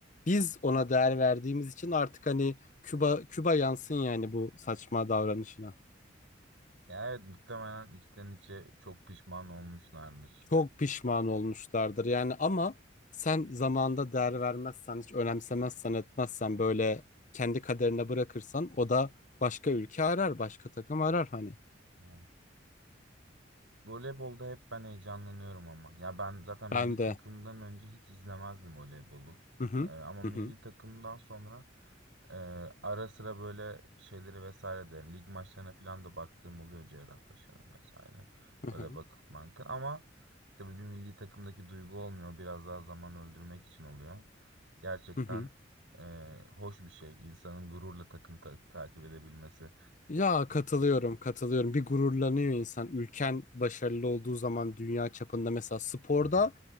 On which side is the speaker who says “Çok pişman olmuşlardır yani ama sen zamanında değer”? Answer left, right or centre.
Left